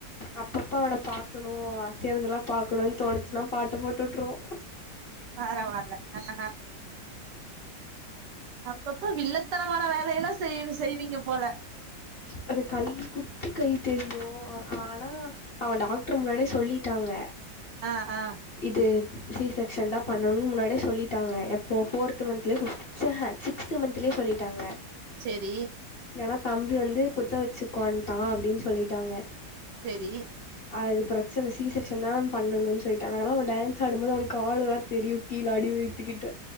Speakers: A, on the left (about 40°); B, on the right (about 70°).
A: அப்பப்பா அவன பாக்கணு அசையறதெல்லா பாக்கணுன்னா தோணிச்சுன்னா பாட்டு போட்டு உட்றுவோ
B: பரவால்ல ஹஹ அப்பப்ப வில்லத்தனமான வேலையெல்லா செய் செய்வீங்க போல
A: அது கை குட்டி கை தெரியு ஆனா அவன் டாக்டர் முன்னாடியே சொல்லிட்டாங்க
B: ஆஹ ஆஹ
A: இது சி செக்ஷன் தான் பண்ணணும்னு முன்னாடியே சொல்லிட்டாங்க எப்போ போர்த் மந்த்தலயே பிப ஆஹ சிக்ஸ்த் மந்த்லே சொல்லிட்டாங்க
B: சேரி
A: ஏன்னா தம்பி வந்து குத்த வச்சுக்கோன்ட்டா அப்பிடின்னு சொல்லிட்டாங்க
B: சேரி
A: அது பிரச்சனை சி செக்ஷன் தான் பண்ணணும்ன்னனு சொல்லிட்டாங்க அதனால அவன் டான்ஸ் ஆடும்போது அவன் காளு எல்லா தெரியு கீழ் அடி வைத்துக்கிட்ட